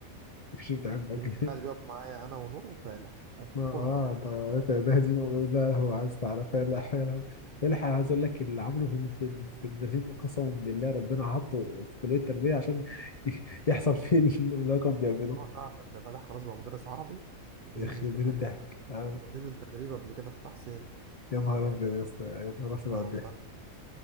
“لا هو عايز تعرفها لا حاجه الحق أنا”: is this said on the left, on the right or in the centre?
Left